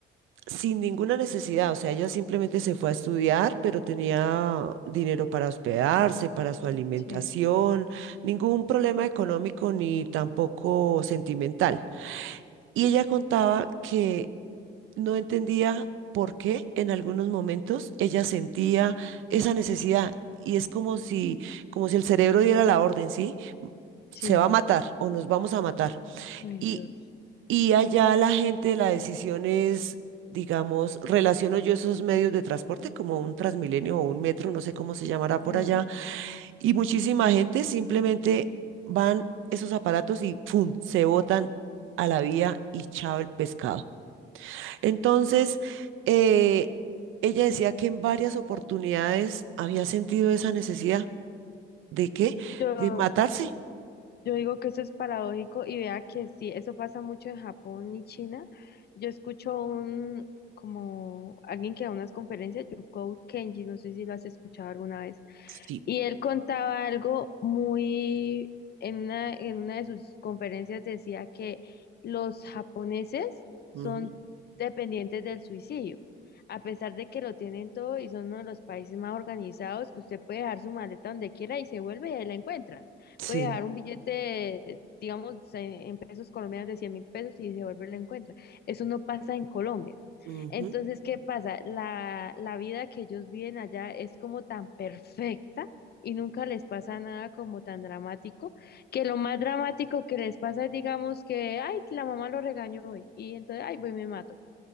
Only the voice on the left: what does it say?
sí,
sí,
ay
Dios.
Ujú.
Yo,
Yo digo que eso es paradójico y vea que sí, eso pasa mucho en Japón y China. Yo escucho un, como alguien que da unas conferencias, Yuko Kenji, no sé si lo has escuchado alguna vez.
Y él contaba algo muy, en una, en una de sus conferencias decía que los japoneses son
dependientes del suicidio, a pesar de que lo tienen todo y son uno de los países más organizados, que usted puede dejar su maleta donde quiera y se vuelve y ahí la encuentra.
Puede dejar un billete, digamos, en, en pesos colombianos de cien mil pesos y se vuelve y la encuentra. Eso no pasa en Colombia.
Entonces, ¿qué pasa? La, la vida que ellos viven allá es como tan perfecta y nunca les pasa nada como tan dramático, que lo más dramático que les pasa es, digamos, que, ay, que la mamá lo regañó hoy y entonces, ay, voy, y me mato.